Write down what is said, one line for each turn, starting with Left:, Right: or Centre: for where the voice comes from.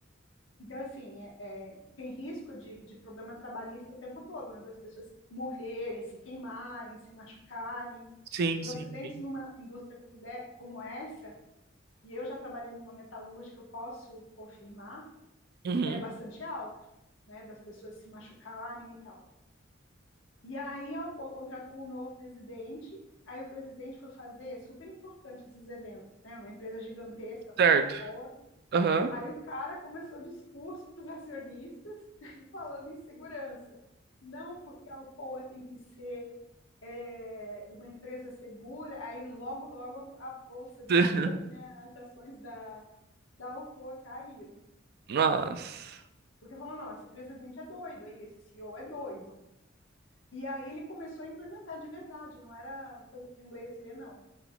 Left: Então, assim, é- é, tem risco de, de problema trabalhista o tempo todo, né? Das pessoas morrerem, se queimarem, se machucarem.
Right: Sim,
Left: Os
Right: sim.
Left: acidentes
Right: Bem...
Left: numa indústria como, de- como essa, e eu já trabalhei numa metalúrgica, eu posso confirmar,
Right: Uhum.
Left: é bastante alto, né? Das pessoas se machucarem e tal. E aí a Alcoa contratou um novo presidente, aí o presidente foi fazer, é super importante esses eventos, né? Numa empresa gigantesca
Right: Certo.
Left: como a Alcoa,
Right: Aham.
Left: Aí o cara começou o discurso para os acionistas <laughs> falando em segurança. Não porque a Alcoa tem que ser é, uma empresa segura, aí logo, logo a, a Bolsa de
Right: <laughs>
Left: Valores, né, as ações da, da Alcoa caíram.
Right: Nossa.
Left: Porque falou, não, esse presidente é doido, aí esse CEO é doido. E aí ele começou a implementar de verdade, não era coisa para inglês ver, não.